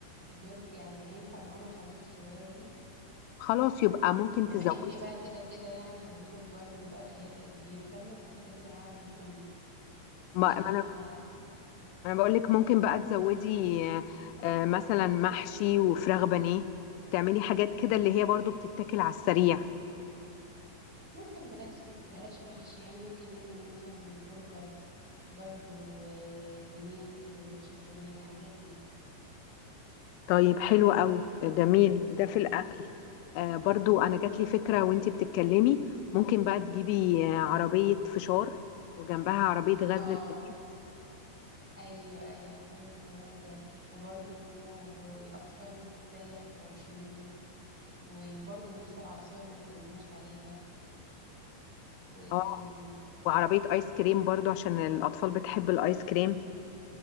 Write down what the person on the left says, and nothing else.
خلاص يبقى ممكن
تزودي
ما
ما
انا انا بقول لك ممكن بقى تزودي آه، آه، مثلا محشي وفراخ بانيه تعملي حاجات كده اللي هي برضو بتتاكل على السريع
طيب حلو قوي جميل ده في الأكل آه برضو أنا جات لي فكرة وانتي بتتكلمي ممكن بقى تجيبي آه، عربية فشار وجنبها عربية غزل
البلد
اه
وعربية آيس كريم برضو عشان الأطفال بتحب الآيس كريم